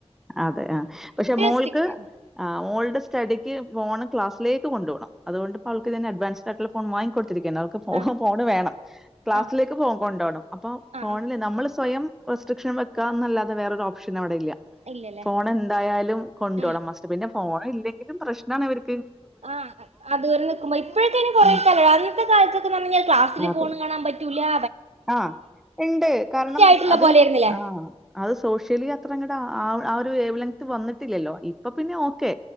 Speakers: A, in the centre; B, on the right (about 75°).
A: അതെ ആ പക്ഷെ മോൾക്ക്
B: സ്ട്രിക്റ്റ് ആയിരുന്നു
A: ആ മോൾഡ് സ്റ്റഡിക്ക് ഫോൺ ക്ലസിലേക്ക് കൊണ്ട് പോണം അതു കൊണ്ട് പ്പോ ആൾക്ക് തനെ അഡ്വാൻസ്ഡ് ആട്ടുള്ള ഫോൺ വാങ്ങിക്കൊട് ത്തിരിക്ക്ന്നെ അവൾക് ഫോ
B: ആഹ്
A: ഫോണ് വേണം ക്ലാസ്സിലേക്ക്
B: ആഹ്
A: ഫോൺ കൊണ്ടോണം അപ്പൊ
B: ആഹ്
A: ഫോണില്
B: ആഹ്
A: നമ്മൾ സ്വയം റെസ്ട്രിക്ഷൻ വെക്കന്നല്ലാതെ വേറരോപ്ഷനവിടെല്ല
B: ഇല്ലല്ലേ
A: ഫോൺ എന്തായാലും കൊണ്ടോണം
B: ആഹ്
A: മാസ്റ്റ് പിന്നെ ഫോണില്ലെങ്കിലും പ്രശ്ണാണിവര്
B: ആഹ് അത് വരെ നിക്കുമ്പോ ഇപ്പൊഴൊക്കെ ഇനി കുറെേ
A: ആഹ്.
B: കാലമായി, ആദ്യത്തെ കാലത്തൊക്കെ എന്ന് പറഞ്ഞാല് ക്ലാസ്സില്
A: അതെ.
B: ഫോണ് കാണാൻ പറ്റൂലാ
A: ആ ഇണ്ട് കാരണം
B: ആയിട്ടുള്ള
A: അത്
B: പോലെയായിരുന്നില്ലേ
A: ആ അത് സോഷ്യലി ത്രങ്ങട്ട് ആആ ഒരു വേവ് ലെങ്ത് വന്നിട്ടില്ലല്ലോ ഇ അപ്പൊ പിന്നെ ഓക്കെ